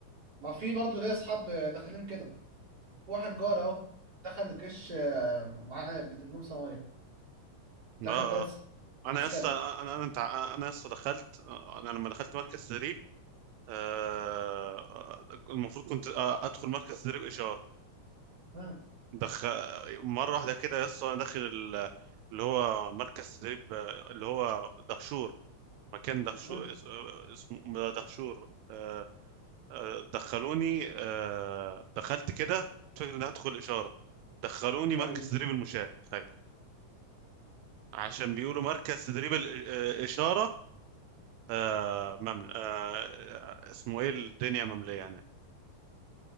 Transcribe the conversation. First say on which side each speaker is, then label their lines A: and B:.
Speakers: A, on the right; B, on the right.
A: ما في برضه ليا اصحاب داخلين كده واحد جار اهو دخل الجيش آه، معاه بدبلوم صنايع دخل
B: اه
A: ثلاث
B: آه.
A: سنين
B: انا
A: عسكري
B: لسه انا انا انت انا لسه دخلت انا لما دخلت مركز تدريب آه، المفروض كنت آه، ادخل مركز تدريب اشاره
A: مم.
B: دخ مره واحده كده لسه انا داخل ال- اللي هو مركز تدريب آه، اللي هو دهشور مكان دهشور
A: مم.
B: اس- آه، اسمه دهشور آه، آه، دخلوني آه، دخلت كده كنت فاكر اني هدخل اشاره دخلوني مركز
A: ايوه
B: تدريب المشاة تخيل عشان بيقولوا مركز تدريب الاشاره آه ممل... آه آه، اسمه ايه الدنيا مملية هناك